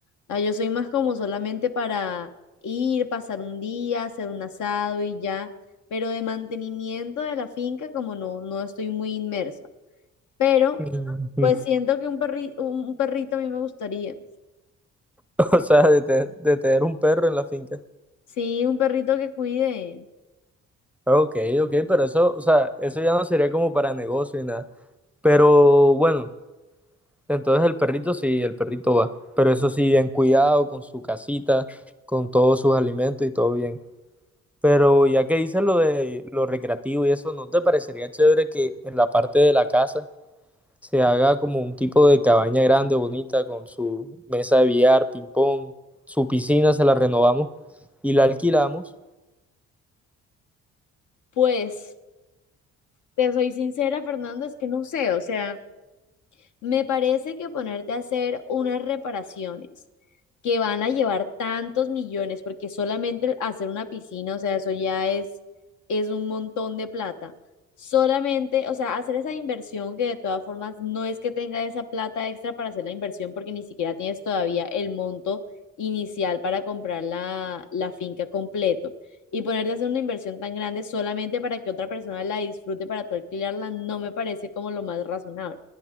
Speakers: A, on the left; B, in the centre.
A: Ah, yo soy más como solamente para ir, pasar un día, hacer un asado y ya, pero de mantenimiento de la finca como no, no estoy muy inmersa. Pero
B: Mm,
A: pues
B: <laughs>
A: siento que un perri- un un perrito a mí me gustaría.
B: O sea, de, te- de tener un perro en la finca.
A: Sí, un perrito que cuide.
B: Ok, ok, pero eso, o sea, eso ya no sería como para negocio y nada. Pero bueno, entonces el perrito sí, el perrito va. Pero eso sí, bien cuidado, con su casita, con todos sus alimentos y todo bien. Pero ya que dices lo de lo recreativo y eso, ¿no te parecería chévere que en la parte de la casa se haga como un tipo de cabaña grande, bonita, con su mesa de billar, ping pong, su piscina, se la renovamos y la alquilamos?
A: Pues, te soy sincera, Fernando, es que no sé, o sea... Me parece que ponerte a hacer unas reparaciones que van a llevar tantos millones, porque solamente hacer una piscina, o sea, eso ya es, es un montón de plata. Solamente, o sea, hacer esa inversión que de todas formas no es que tenga esa plata extra para hacer la inversión, porque ni siquiera tienes todavía el monto inicial para comprar la, la finca completo. Y ponerte a hacer una inversión tan grande solamente para que otra persona la disfrute para tú alquilarla, no me parece como lo más razonable.